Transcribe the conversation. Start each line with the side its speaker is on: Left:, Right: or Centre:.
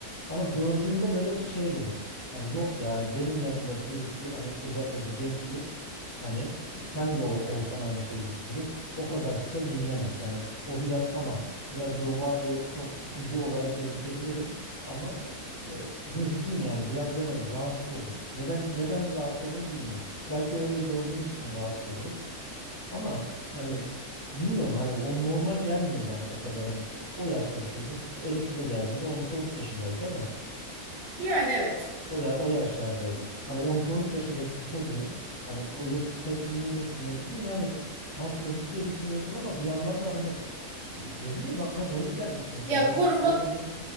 Left: ama gördüğümde böyle bir şey dedim hani yok ya hani benim yanımda birisi hani özellikle bir genç kız hani sen de ol- olsan aynı şeyi düşünürüm o kadar kısa giyinemez yani o biraz tamam biraz yobaz ve çok tutucu olarak gözükebilirim ama e, gözükeyim yani biraz ben oyum rahatsız olurum neden neden rahatsız olurum bilmiyorum Belki öyle gördüğümüz için rahatsız olurum. Ama hani bilmiyorum hani o normal gelmiyor bana o kadar hani o yaşta bir çocuğun. Çünkü Elif bize geldiğinde 12-13 yaşındaydı değil mi?
Right: Yani evet.
Left: O, ya, o yaşlardaydı. Hani 12-13 yaşındaki bir çocuğun hani öyle kısa giyinmesi ne bileyim yani tam çocuk diye düşünüyorsun ama bir yandan da hani e, ne bileyim bana garip gelmişti mesela.
Right: Ya
Left: Ben,
Right: koruma
Left: o, ben onu